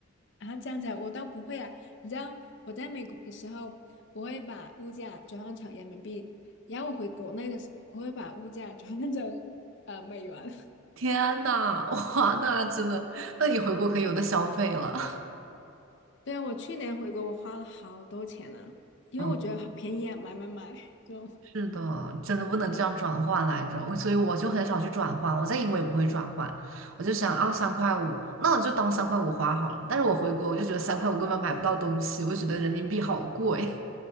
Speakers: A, on the left (about 60°); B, on the right (about 75°).
A: 啊，这样子啊我倒不会啊。你知道我在美国的时候，我会把物价转换成人民币，然后我回国内的时候，我会把物价转换成呃美元。<laughs>
B: 天呐，<laughs> 哇，那真的，那你回国可以有的消费了。
A: 对啊，我去年回国，我花了好多钱呢，因为我觉得好便宜啊，
B: <laughs> 嗯，
A: 买买买就。
B: 是的，真的不能这样转换来着，我所以我就很少去转换，我在英国也不会转换，我就想啊，三块五，那我就当三块五花好了。但是我回国，我就觉得三块五根本买不到东西，我觉得人民币好贵。